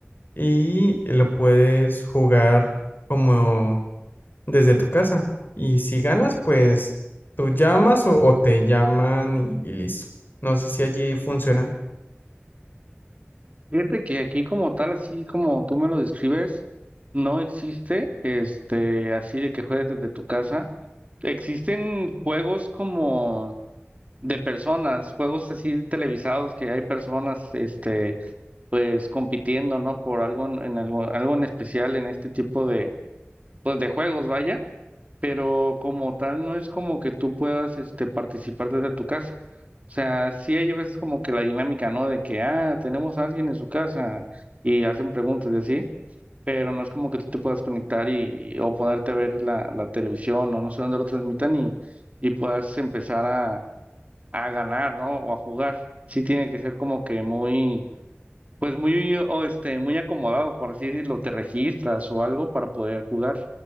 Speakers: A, on the left; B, on the right.
A: y lo puedes jugar como desde tu casa. Y si ganas, pues tú llamas o, o te llaman y y listo. No sé si allí funciona.
B: Fíjate que aquí como tal, así como tú me lo describes, no existe, este, así de que juegues desde tu casa. Existen juegos como de personas, juegos así televisados que hay personas, este, pues compitiendo, ¿no? Por algo en, en algo, algo en especial en este tipo de, pues de juegos, vaya. pero como tal no es como que tú puedas este, participar desde tu casa. O sea, sí hay veces como que la dinámica, ¿no? De que, ah, tenemos a alguien en su casa y hacen preguntas y así, pero no es como que tú te puedas conectar y, o ponerte a ver la, la televisión o no sé dónde lo transmitan y, y puedas empezar a, a ganar, ¿no? O a jugar. Sí tiene que ser como que muy pues muy, o este, muy acomodado, por así decirlo, te registras o algo para poder jugar.